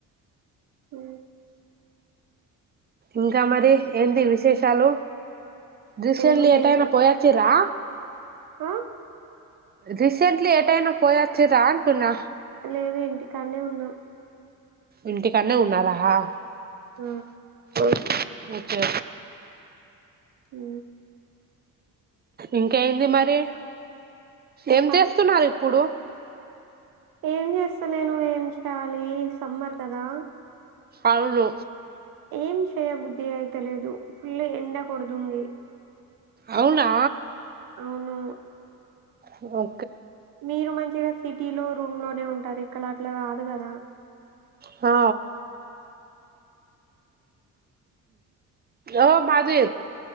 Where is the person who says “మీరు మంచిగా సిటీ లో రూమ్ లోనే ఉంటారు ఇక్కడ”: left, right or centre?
Right